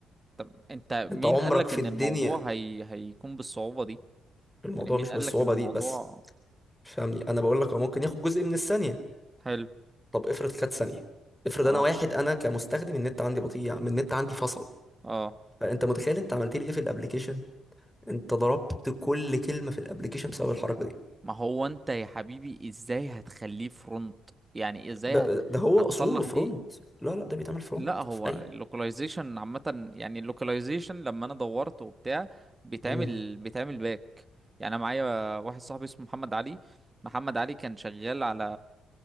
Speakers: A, on the right; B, in the centre.
A: طب انت مين
B: انت عمرك
A: قال لك
B: في
A: ان
B: الدنيا
A: الموضوع هي... هيكون بالصعوبة دي
B: الموضوع
A: يعني مين
B: مش
A: قال
B: بالصعوبة
A: لك ان الموضوع
B: دي بس فاهمني انا بقول لك هو ممكن ياخد جزء من الثانية
A: حلو
B: طب افرض خد ثانية افرض
A: اه
B: انا واحد انا كمستخدم النت عندي بطيء يعني النت عندي فصل
A: اه
B: فانت متخيل انت عملت لي ايه في الابليكيشن انت ضربت كل كلمة في الابليكيشن بسبب الحركة دي
A: ما هو انت يا حبيبي ازاي هتخليه فرونت يعني ازاي
B: ب-
A: هت...
B: ده هو
A: هتصلح
B: اصوله فرونت
A: دي
B: لا لا ده بيتعمل فرونت
A: لا هو
B: في اي
A: اللوكاليزيشن عامة يعني اللوكاليزيشن لما انا دورت وبتاع بيتعمل
B: امم
A: بيتعمل باك يعني انا معايا واحد صاحبي اسمه محمد علي محمد علي كان شغال على